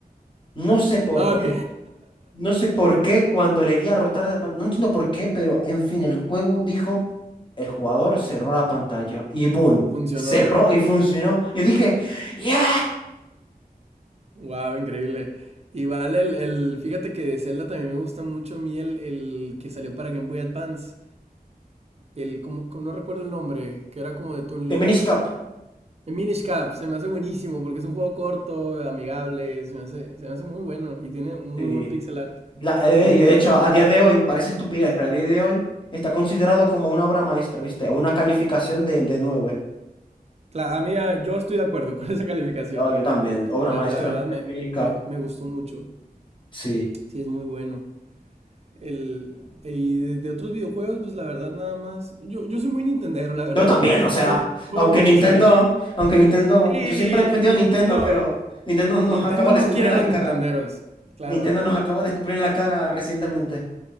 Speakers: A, on the left; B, on the right.
A: No sé por
B: Ah,
A: qué,
B: ok.
A: no sé por qué cuando le di a rotar de la pantalla, no entiendo por qué, pero en fin, el juego dijo, el jugador cerró la pantalla y ¡boom!
B: <laughs> Funcionó.
A: Cerró y funcionó. Yo dije, ya
B: Wow, increíble. Igual el, el, fíjate que de Zelda también me gusta mucho a mí el, el que salió para Game Boy Advance. El, como, como no recuerdo el nombre, que era como de Toon
A: The
B: Link.
A: Minish cup
B: El Minish Cap, se me hace buenísimo porque es un juego corto, amigable, se me hace, se me hace muy bueno y tiene muy
A: Sí.
B: buen pixel art.
A: La- eh,
B: A mí me
A: y de
B: gusta
A: hecho,
B: mucho.
A: a día de hoy, parece estupidez, pero a día de hoy está considerado como una obra maestra, ¿viste? Una calificación de, de nueve.
B: Claro, a mí, ah, yo estoy de acuerdo <laughs> con esa calificación.
A: No, yo también,
B: Sí,
A: obra
B: la,
A: maestra
B: la verdad
A: del
B: me,
A: minicap.
B: me, me gustó mucho.
A: Sí.
B: Sí, es muy bueno. El, y de, de otros videojuegos, pues la verdad nada más. Yo, yo soy muy Nintendero, la verdad.
A: Yo también,
B: <laughs>
A: o sea,
B: Juego, juego
A: aunque
B: mucho
A: Nintendo,
B: Zelda.
A: aunque Nintendo,
B: Sí,
A: yo siempre he defendido a Nintendo,
B: Nintendo.
A: pero Nintendo nos
B: Nintendo
A: acaba de
B: no
A: escupir
B: quiere a
A: la
B: los Nintenderos.
A: cara.
B: Claro.
A: Nintendo nos acaba de escupir la cara recientemente.